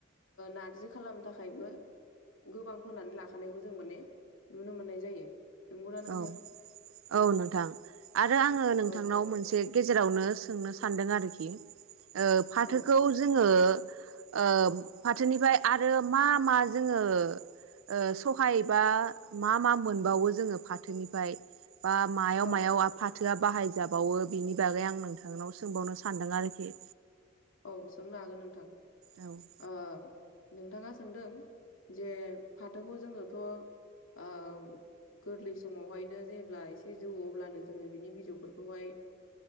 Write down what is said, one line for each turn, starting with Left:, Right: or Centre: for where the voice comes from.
Left: नारजि खालामनो थाखायबो गोबां फोनानै लाखानायखौ जों माने नुनो मोननाय जायो नंगौना नोंथां
Right: औ औ नोंथां आरो आङो नोंथांनाव
Left: औ
Right: मोनसे गेजेरावनो सोंनो सानदों आरोखि ओ फाथोखौ
Left: औ
Right: जोङो ओ फाथोनिफ्राय आरो मा मा जोङो ओसहायबा मा मा मोनबावो जोङो फाथोनिफ्राय बा मायाव
Left: औ
Right: मायाव आफा फाथोआ बाहायजाबावो बिनि बागै आं नोंथांनाव सोंबावनो सानदों आरोखि
Left: औ सोंनो हागोन नोंथां
Right: औ <inaudible>
Left: ओ नोंथाङा सोंदों जे फाथोखौ जोङोथ' औ गोरलै समावहायनो जेब्ला एसे जौ अब्लानो जोङो बिनि बिजौफोरखौहाय